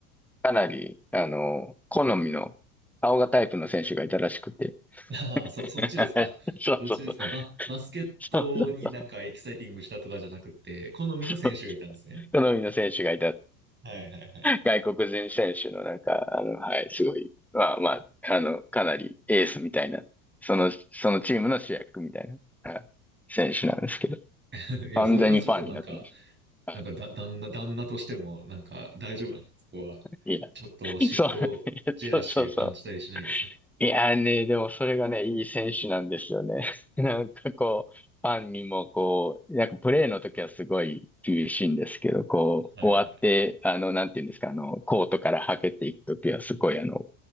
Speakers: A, in the centre; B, on the right.
A: かなり、あの、好みの顔がタイプの選手がいたらしくて。
B: あ <laughs> あ、そ、
A: <laughs>
B: そっちですか。
A: そうそうそう。
B: どっちですか。バ、バスケットになんかエキサイティングしたとかじゃなくて、
A: そうそうそう。
B: 好みの選手がいたんですね。
A: そう好みの選手がいた。
B: はいはい
A: 外国人選手のなんか、あの、はい、すごい。まあまあ、あの、かなりエースみたいな。その、そのチームの主役みたいな、はい、選手なんですけど。
B: はい。<laughs> いや、
A: 完全にファンになってます。
B: それはちょっとなんか、
A: は
B: なんかだ、旦那、旦那としても、なんか大丈夫なんですかそこは。
A: い。<laughs> いや、
B: ちょっと嫉妬、
A: そう、<laughs>
B: ジェラシーを感じたりしないですか
A: そうそうそう。
B: <laughs>
A: いやーね、でもそれがね、いい選手なんですよね。<laughs> なんかこう、ファンにもこう、なんかプレーの時はすごい厳しいんですけど、こう、
B: はい
A: 終わって、あの、なんていうんですか、あの、コートからはけていく時はすごいあの、